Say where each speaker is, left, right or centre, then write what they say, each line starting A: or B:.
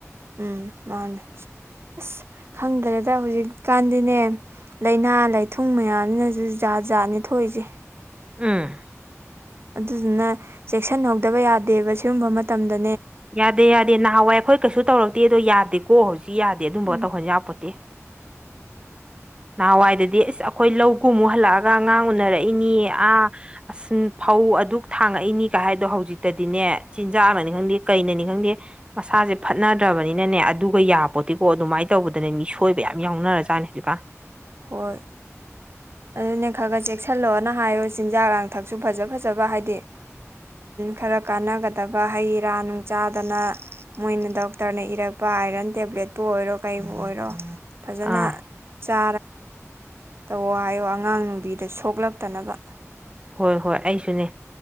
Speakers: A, on the right; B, on the right.
A: ꯎꯝ ꯃꯥꯅꯦ ꯑꯁ ꯈꯪꯗ꯭ꯔꯦꯗ ꯍꯧꯖꯤꯛꯀꯥꯟꯗꯤꯅꯦ ꯂꯥꯏꯅꯥ ꯂꯥꯏꯊꯨꯡ ꯃꯌꯥꯝꯅꯁꯨ ꯖꯥꯖꯥꯠꯅꯦ ꯊꯣꯛꯏꯁꯦ
B: ꯎꯝ
A: ꯑꯗꯨꯗꯨꯅ ꯆꯦꯛꯁꯤꯟꯍꯧꯗꯕ ꯌꯥꯗꯦꯕ ꯁꯤꯒꯨꯝꯕ ꯃꯇꯝꯗ
B: ꯌꯥꯗꯦ ꯌꯥꯗꯦ ꯅꯍꯥꯟꯋꯥꯏ ꯑꯩꯈꯣꯏ ꯀꯩꯁꯨ ꯇꯧꯔꯛꯇꯦ ꯑꯗꯣ ꯌꯥꯗꯦꯀꯣ ꯍꯧꯖꯤꯛ ꯌꯥꯗꯦ ꯑꯗꯨꯝꯕ
A: ꯎꯝ
B: ꯇꯧꯍꯟ ꯌꯥꯄꯣꯟꯇꯦ <inaudible> ꯅꯍꯥꯟꯋꯥꯏꯗꯗꯤ ꯑꯁ ꯑꯩꯈꯣꯏ ꯂꯧꯒꯨꯝꯃꯨꯛ ꯍꯜꯂꯛꯑꯒ ꯑꯉꯥꯡ ꯎꯅꯔꯛꯏꯅꯤ ꯑꯥ ꯑꯁ ꯐꯧ ꯎ ꯑꯗꯨꯛ ꯊꯥꯡꯉꯛꯏꯅꯤꯒ ꯍꯥꯏꯗꯣ ꯍꯧꯖꯤꯛꯇꯗꯤꯅꯦ ꯆꯤꯟꯖꯥꯛ ꯑꯃꯅꯤ ꯈꯪꯗꯦ ꯀꯩꯅꯅꯤ ꯈꯪꯗꯦ ꯃꯁꯥꯁꯦ ꯐꯠꯅꯗ꯭ꯔꯕꯅꯤꯅꯅꯦ ꯑꯗꯨꯒ ꯌꯥꯄꯣꯠꯇꯗꯤꯀꯣ ꯑꯗꯨꯃꯥꯏꯅ ꯇꯧꯕꯗꯅꯦ ꯃꯤ ꯁꯣꯏꯕ ꯌꯥ ꯌꯥꯝ ꯌꯥꯎꯅꯔꯖꯥꯠꯅꯤ ꯍꯧꯖꯤꯛꯀꯥꯟ
A: ꯍꯣꯏ ꯑꯗꯨꯅꯦ ꯈꯔ ꯈꯔ ꯆꯦꯛꯁꯤꯜꯂꯛꯑꯣꯅ ꯍꯥꯏꯌꯣ ꯆꯤꯟꯖꯥꯛ ꯂꯥꯡꯊꯛꯁꯨ ꯐꯖ ꯐꯖꯕ ꯍꯥꯏꯗꯤ ꯈꯔ ꯀꯥꯟꯅꯒꯗꯕ ꯍꯩ ꯔꯥ ꯅꯨꯡ ꯆꯥꯗꯅ ꯃꯣꯏꯅ ꯗꯣꯛꯇꯔꯅ ꯏꯔꯛ ꯑꯥꯏꯔꯟ ꯇꯦꯕ꯭ꯂꯦꯠꯄꯨ ꯑꯣꯏꯔꯣ ꯀ ꯑꯣꯏꯔꯣ ꯐꯖ
B: ꯑꯥ
A: ꯆꯥ ꯇꯧꯋꯣ ꯍꯥꯏꯌꯣ ꯑꯉꯥꯡ ꯅꯨꯕꯤꯗ ꯁꯣꯛꯂꯛꯇꯅꯕ
B: ꯍꯣꯏ ꯍꯣꯏ ꯑꯩꯁꯨꯅꯦ